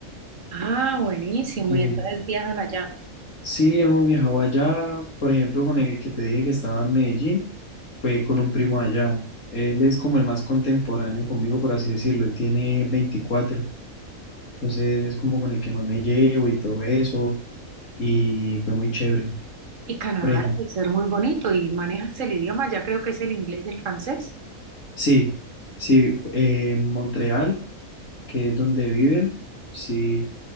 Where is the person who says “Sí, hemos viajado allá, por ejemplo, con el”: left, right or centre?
Left